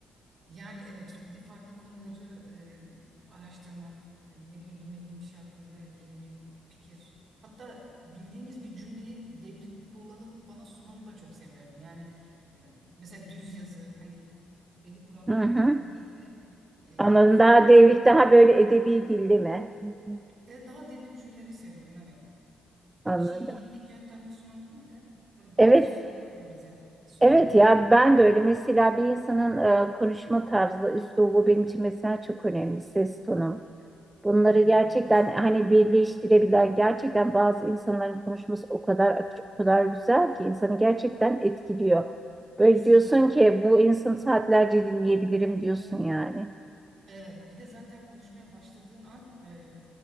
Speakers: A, on the right; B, on the right.
A: Yani evet farklı konuları e, araştırmak, e, ne bileyim bilmediğim bir şey hakkında evet yeni bir fikir. Hatta bildiğimiz bir cümleyi devrip kullanıp bana sunanı da çok seviyorum. Yani e, mesela düz yazı hani belli kurallara
B: Hı hı.
A: uyarak değil de e,
B: Anladım.
A: farklı
B: Daha devrik,
A: cümleler.
B: daha böyle edebi dilli mi? Hı hı.
A: E, daha devrik cümleleri seviyorum evet. Ya
B: Anladım.
A: bir şeyi bilindik yöntemle sunan değil de böyle bambaşka
B: Evet,
A: yollarla bize sunanlar
B: evet ya
A: gibi.
B: ben de öyle. Mesela bir insanın e, konuşma tarzı, üslubu benim için mesela çok önemli. Ses tonu. Bunları
A: Evet
B: gerçekten
A: evet kesinlikle.
B: hani birleştirebilen gerçekten bazı insanların konuşması o kadar akıcı, o kadar güzel ki insanı gerçekten etkiliyor. Böyle
A: Kesinlikle.
B: diyorsun ki bu insanı saatlerce dinleyebilirim diyorsun yani.
A: Evet, bir de zaten konuşmaya başladığın an e,